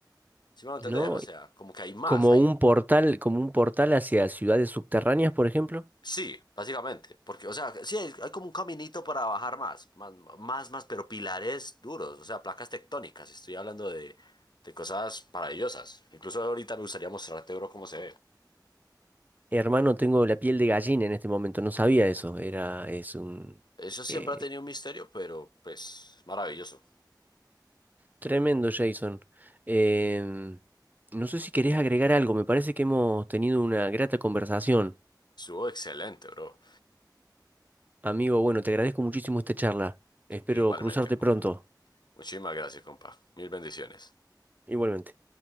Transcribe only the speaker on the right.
no,
como
un portal, como un portal hacia ciudades subterráneas, por ejemplo.
Hermano, tengo la piel de gallina en este momento, no sabía eso. Era, es un
eh,
tremendo, Jason. Em, no sé si querés agregar algo, me parece que hemos tenido una grata conversación.
Amigo, bueno, te agradezco muchísimo esta charla. Espero
cruzarte
pronto.
Igualmente.